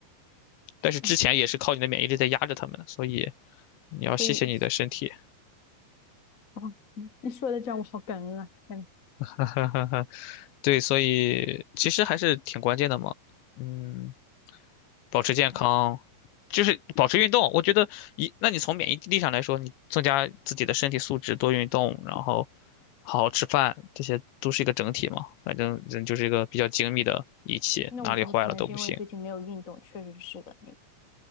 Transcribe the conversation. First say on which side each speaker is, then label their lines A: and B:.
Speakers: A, on the left (about 75°); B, on the left (about 35°).
A: 但是之前也是靠你的免疫力在压着他们，
B: 哎，
A: 所以你要谢谢你的身体。
B: 所以哦，你你说的这样我好感恩啊！天呐，
A: <laughs> 对，所以其实还是挺关键的嘛。嗯。保持健康，
B: 哎，
A: 就是保持运动。我觉得一，那你从免疫力上来说，你增加自己的身体素质，多运动，然后好好吃饭，这些都是一个整体嘛。反正人就是一个比较精密的仪器，
B: 那我觉得可能是因为最近没有运动，
A: 哪里坏了都不行。
B: 确实是的。你，